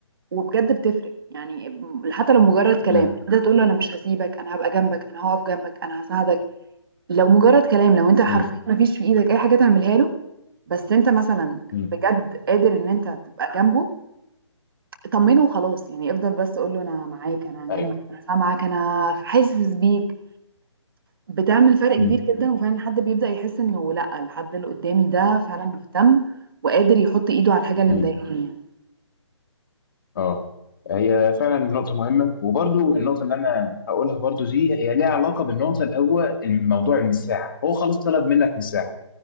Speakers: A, on the right (about 50°); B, on the left (about 45°).
A: وبجد بتفرق يعني حتى لو مجرد كلام
B: امم
A: انت تقول له انا مش هسيبك انا هبقى جنبك انا هقف جنبك انا هساعدك لو مجرد كلام لو انت حرفيا
B: امم
A: مفيش في ايدك اي حاجة تعملها له بس انت مثلا
B: امم
A: بجد قادر ان انت تبقى جنبه طمنه وخلاص يعني افضل بس قول له انا معاك انا هنجمع
B: ايوه
A: انا سامعك انا حاسس بيك بتعمل فرق كبير
B: امم
A: جدا وفعلا الحد بيبدأ يحس انه لا الحد اللي قدامي ده فعلا مهتم وقادر يحط ايده على الحاجة اللي
B: امم
A: مضايقاني يعني
B: اه هي فعلا نقطة مهمة وبرضو النقطة اللي أنا هقولها برضو دي هي ليها علاقة بالنقطة اللي هو الموضوع المساحة هو خلاص طلب منك مساحة